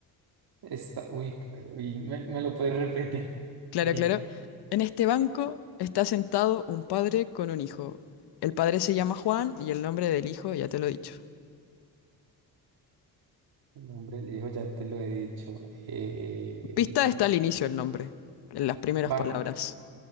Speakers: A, on the right; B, on the left.
A: Está, uy, uy, me, me lo puedes repetir. <laughs>
B: Claro,
A: El
B: claro. En este banco está sentado un padre con un hijo. El padre se llama Juan y el nombre del hijo ya te lo he dicho.
A: nombre del hijo, ya te lo he dicho. Eh,
B: Pista está al inicio el nombre, en las primeras
A: ¿banco?
B: palabras.